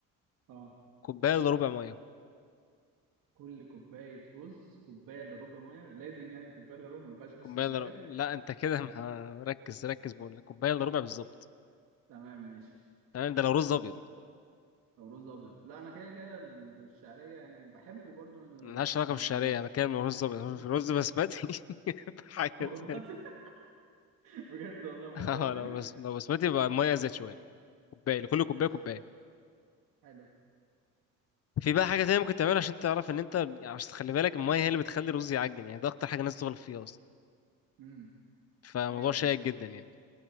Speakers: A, on the right; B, on the left.
A: اه
B: كوبايه الا ربع ميه
A: كل كوباية رز كوباية إلا ربع مية لازم يعني كوباية إلا ربع ما ينفعش نص
B: كوبايه
A: كوباية
B: الا ربع لا انت كده <laughs> ما- ركز ركز بقول لك كوبايه الا ربع بالظبط
A: تمام ماشي
B: تمام ده لو رز ابيض
A: أو رز أبيض لا أنا كده كده الشعرية يعني بحبه برضو إنه-
B: ملهاش
A: بس
B: علاقه
A: يعني
B: بالشعريه انا بتكلم لو رز ابيض
A: <laughs>
B: في رز بسمتي <laughs> حاجه
A: موضوع
B: تانية
A: تاني <laughs> بجد والله موضوع
B: اه
A: تاني
B: لو بس لو بسمتي يبقى الميه زاد شويه كوبايه لكل كوبايه
A: ماشي
B: كوبايه
A: حلو
B: في بقى حاجه تانية ممكن تعملها عشان تعرف ان انت يعني، عشان تخلي بالك الميه هي اللي بتخلي الرز يعجن يعني ده اكتر حاجه الناس تغلط فيه اصلا
A: امم
B: فموضوع
A: أيوه
B: شائك
A: فاهم
B: جدا يعني